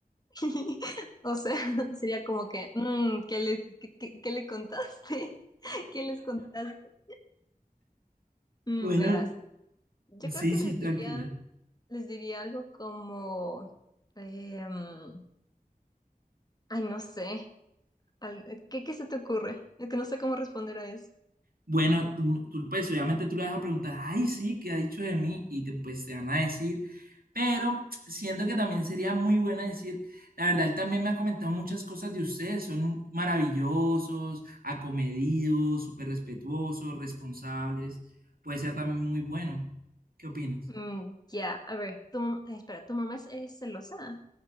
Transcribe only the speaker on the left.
<laughs> O sea, <laughs> sería como que, mm, ¿qué le, qué, qué- qué le contaste? <laughs> ¿Qué les contaste? Mm,
verás, yo
creo que
les
diría... les diría algo como, em, ay, no sé, al- eh, ¿qué, qué se te ocurre? Es que no sé cómo responder a eso.
Mm, ya, a ver, tu mam- eh, espera, ¿tu mamá es, es celosa?